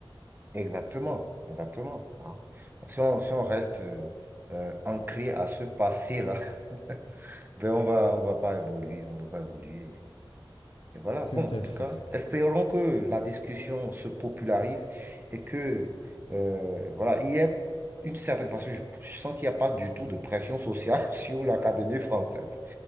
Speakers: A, on the right; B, on the left.
A: Exactement, exactement. hein.
B: Mm.
A: Si on, si on reste euh, euh, ancré à ce passé-là, <laughs> ben on va, on va pas évoluer, on va pas évoluer. Et voilà. Bon,
B: Tout
A: en
B: à
A: tout
B: fait.
A: cas, espérons que la discussion se popularise et que, euh, voilà, il y ait une certaine... Parce que je, je sens qu'il n'y a pas du tout de pression sociale <laughs> sur l'Académie française